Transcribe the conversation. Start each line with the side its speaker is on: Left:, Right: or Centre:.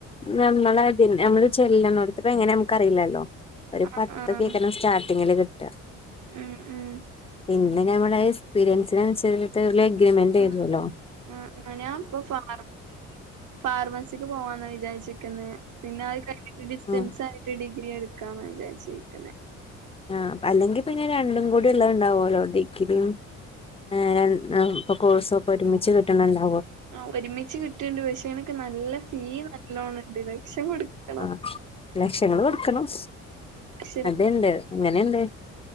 Left: നമ്മളതിൽ നമ്മള് ചെല്ല് നോട്ത്പങ്ങനെ നമുക്ക്റിയില്ലല്ലോ ഒരു
Right: ആഹ്
Left: പത്ത്
Right: ആഹ്
Left: കേക്കന സ്റ്റാർട്ടിങ്ങില് കിട്ട
Right: ഉം ഉം
Left: പിൻ ന്നെ ഞമ്മളെ എക്സ്പീരിയൻസിനൻസരിച്ട്ട് ലെഗ്രിമെന്റ്
Right: ആഹ്
Left: യ്തോല്ലോ
Right: ആഹ് ഞ ഞാൻ ഇപ്പൊ ഫാറൊ ഫാർമസിക്ക് പോവാന്ന വിചാരിച്ചിക്ന്നേ പിന്നെ അഹ് കൈ ഡിസ്റ്റൻസ്
Left: ആഹ്
Right: ആയിട്ട് ഡിഗ്രി എടുക്കാന്ന വിചാരിച്ചിരിക്ന്നെ
Left: ആഹ് അല്ലെങ്കി പിന്നെ രണ്ടും കൂടി ഇള്ളേഹ്ണ്ടാവോലോ ഡിഗ്രിം ഏഹ് രൺ ഏ പൊ കോഴ്സൊക്കെ ഒരുമിച്ച് കിട്ട്ണെണ്ടാ
Right: ആഹ് ഒരുമിച്ച് കിട്ട്ണ്ട് പക്ഷെ അയ്നൊക്കെ നല്ല ഫീ നല്ലോണണ്ട് ലക്ഷം കൊടു ക്യണോ
Left: ആ ലക്ഷങ്ങള് കൊടുക്കണം
Right: ലക്ഷം
Left: അത്ണ്ട് അങ്ങനെണ്ട്